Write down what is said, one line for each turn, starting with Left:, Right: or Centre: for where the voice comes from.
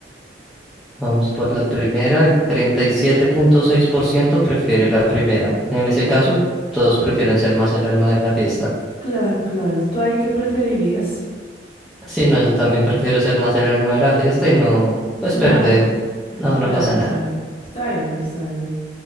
Centre: vamos por la primera. El 37.6% prefiere la primera. En ese caso, todos prefieren ser más el alma de la fiesta.
Left: Claro, claro. ¿Tú ahí qué preferirías?
Centre: Sí, no, yo también prefiero ser más el alma de la fiesta y no, pues
Left: <laughs>
Centre: perder. No,
Left: Claro,
Centre: no pasa nada.
Left: claro. Está bien, está bien.